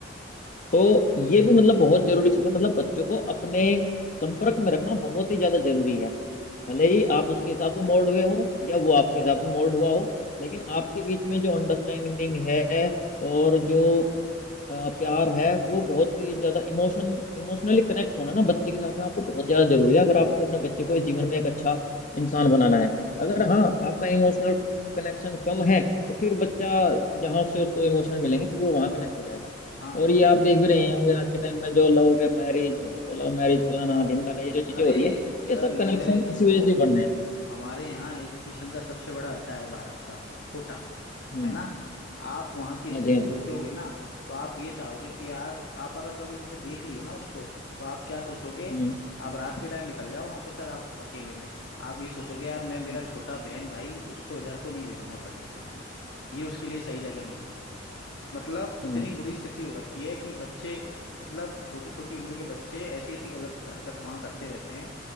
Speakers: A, on the left; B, on the left.
A: तो ये भी मतलब बहुत जरूरी चीज है मतलब बच्चों को अपने संपर्क में रखना बहुत ही ज्यादा जरूरी है भले ही आप उसके हिसाब से मोल्ड हुए हो या वो आपके हिसाब से मोल्ड हुआ हो लेकिन आपके बीच में जो अंडरस्टैंडिंग है और जो अ, प्यार है वो बहुत ही ज्यादा इमोशन इमोशनली कनेक्ट होना ना बच्चे के साथ में आपको बहुत ज्यादा जरूरी है अगर आपको अपने बच्चे को इस जीवन में एक अच्छा इंसान बनाना है अगर हाँ आपका इमोशनल कनेक्शन कम है तो फिर बच्चा जहाँ से उसको इमोशन मिलेंगे फिर वो वहाँ कनेक्ट हो जाएगा
B: हाँ वो
A: और ये
B: तो
A: आप
B: है
A: देख भी रहे होंगे आज के टाइम में जो लव के मैरिज लव मैरिज फलाना ढिमकाना ये जो चीजें
B: अरे
A: हो रही है ये
B: सर
A: सब
B: लव
A: कनेक्शन
B: मैरिज छोड़ो
A: इसी वजह से बन रहे हैं
B: हमारे यहाँ एजुकेशन का सबसे बड़ा अड्डा है भारत का कोटा
A: हम्म
B: है ना आप वहाँ की
A: हाँ
B: स्थिति
A: जी हाँ जी
B: देखोगे ना तो आप ये चाहोगे कि यार आप अगर कभी जैसे देख लिए ना उसको तो आप क्या सोचोगे
A: हम्म
B: आप रात के टाइम निकल जाओ वहाँ पे सर आप अकेले में आप ये सोचोगे यार मैं मेरा
A: हम्म
B: छोटा बहन भाई उसको इधर तो नहीं भेजूंगा पढ़ने के लिए ये उसके लिए सही जगह नहीं है मतलब
A: हम्म
B: इतनी बुरी स्थिति हो रखी है कि बच्चे मतलब छोटी छोटी उम्र के बच्चे ऐसी ऐसी गलत हरकत वहाँ करते रहते हैं